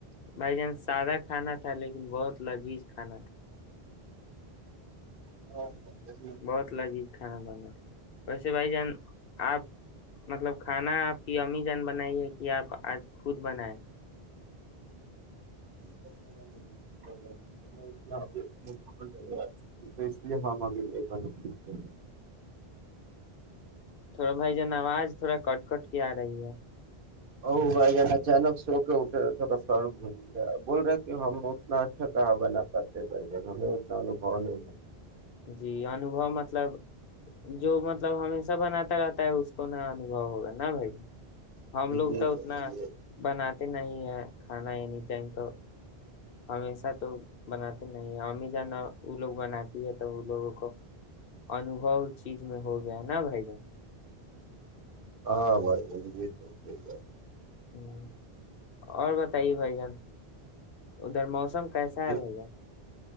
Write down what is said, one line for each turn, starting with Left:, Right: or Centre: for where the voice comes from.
Left: بائی چانس سادہ کھانا تھا لیکن بہت لذیذ کان
Right: ہاں جی
Left: بہت لجی <inaudible> ویسے بھائی جان آپ مطلب کھانا آپ کی امی جان بنائی ہے کہ آپ آج خود بنیں
Right: تو لیگ ل
Left: تھوڑا بھائی جان آواز تھوڑا کٹ کٹ کے آ رہی ہے
Right: ا بھائی جان اچانک سو کے اٹھے رہے تھوڑا سر گھوم گیا بول رہے کہ ہم اتنا اچھا کہا ب نہ کرتے بھائی جان ہمیں اتنا انبو نہیں ہے
Left: جی انوبو مطلب جو مطلب ہمیشہ بناتا رہتا ہے اس کو ن انوبو ہوگا نا بھائی ہم
Right: ہے
Left: لوگ
Right: جی
Left: تو اتنا
Right: بھائی
Left: بنات نہیں ہے کھانا اینی ٹائم تو ہمیشہ تو بناتے نہیں ہے امیزہ وہ لوگ بناتی ہے تو وہ لوگوں کو انوبو اس چیز میں ہو گیا ہے نا بھائی جن
Right: ہاں بھائی یہ تو سی بات
Left: ہ اور بتائیے بھائی جان ادھر موسم موسم کیسا
Right: جی
Left: ہے بھیا